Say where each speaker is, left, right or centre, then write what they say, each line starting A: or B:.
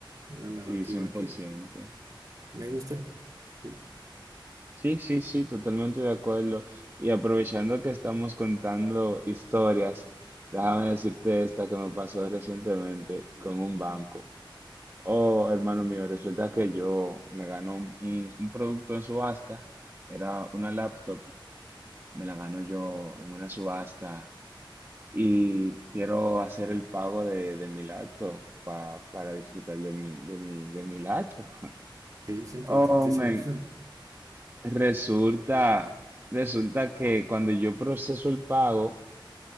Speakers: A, on the right; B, on the right.
A: una narrativa
B: Sí, cien
A: que
B: por ciento.
A: me gusta, sí,
B: Sí, sí, sí, totalmente de acuerdo. Y aprovechando que estamos contando historias, déjame decirte esta que me pasó recientemente con un banco. Oh, hermano mío, resulta que yo me ganó un, un- un producto en subasta, era una laptop, me la ganó yo en una subasta y quiero hacer el pago de, de mi laptop pa- para disfrutar de mi, de mi, de mi laptop.
A: sí, es importantísima.
B: Oh, man,
A: <laughs>
B: Resulta, resulta que cuando yo proceso el pago,